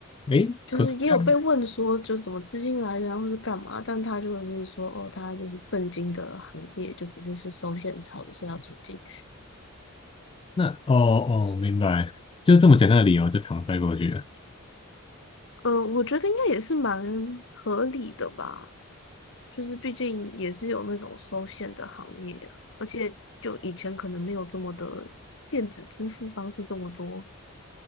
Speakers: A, on the left (about 25°); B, on the left (about 65°).
A: 哎，
B: 就是也有被问说，
A: 可是这样。
B: 就什么资金来源啊或是干嘛，但他就是说，哦，他就是正经的行业，就只是是收现钞的，所以要存进去。
A: 那哦哦，明白，就这么简单的理由就搪塞过去了。<laughs>
B: 呃，我觉得应该也是蛮合理的吧，就是毕竟也是有那种收现的行业啊，而且就以前可能没有这么的电子支付方式这么多，